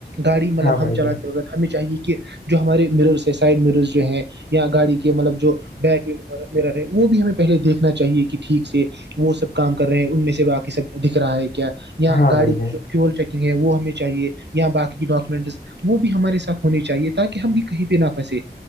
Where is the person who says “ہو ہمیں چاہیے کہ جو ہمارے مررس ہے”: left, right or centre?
Right